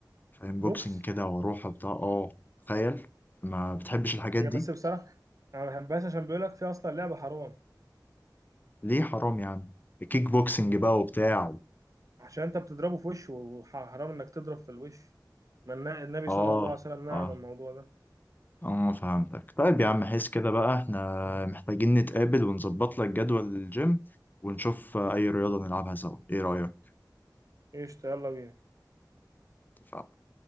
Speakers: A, on the left; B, on the right.
A: فاهم
B: بوكس
A: بوكسنج كده وأروح وبتاع أه تخيل ما بتحبش الحاجات
B: هي
A: دي
B: بس بصراحة أنا ما بحبهاش عشان بيقول لك في أصلا لعبة حرام
A: ليه حرام يا عم كيك بوكسنج بقى وبتاع
B: عشان أنت بتضربه في وشه وحرام إنك تضرب في الوش ما النا- النبي
A: أه
B: صلى الله عليه وسلم نهى
A: أه
B: عن الموضوع ده
A: اه فهمتك طيب يا عم حس كده بقى احنا محتاجين نتقابل ونظبط لك جدول الجيم ونشوف آه، اي رياضة نلعبها سوا ايه رأيك؟
B: قشطة يلا بينا
A: اتفقنا.